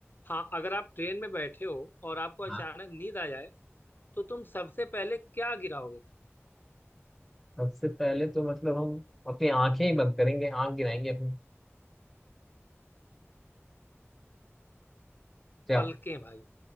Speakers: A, on the left; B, in the centre.
A: हाँ अगर आप ट्रेन में बैठे हो और आपको अचानक
B: हाँ
A: नींद आ जाए तो तुम सबसे पहले क्या गिराओगे
B: सबसे पहले तो मतलब हम अपनी आंखें ही बंद करेंगे आंख गिराएंगे अपनी क्या
A: पलकें भाई